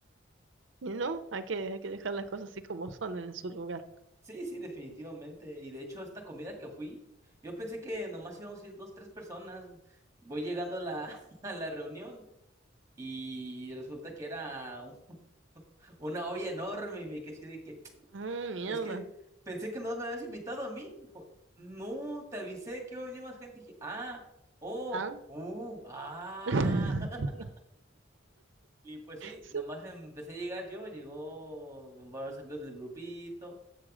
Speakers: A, on the right (about 70°); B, on the right (about 15°).
A: Y no, hay que, hay que dejar las cosas así como son en su lugar.
B: Sí, sí, definitivamente. Y de hecho, esta comida que fui, yo pensé que nomás íbamos a ir dos, tres personas. Voy llegando a la, <laughs> a la reunión y resulta que era u- una olla enorme y me quedé así de que,
A: Ah, mierda.
B: es que pensé que no me habías invitado a mí. Dijo, no, te avisé que iba a venir más gente. dije, ah, oh,
A: Ah.
B: uh, ah.
A: <laughs>
B: <laughs> Y pues sí,
A: Sí.
B: nomás empecé a llegar yo, llegó varios amigos del grupito.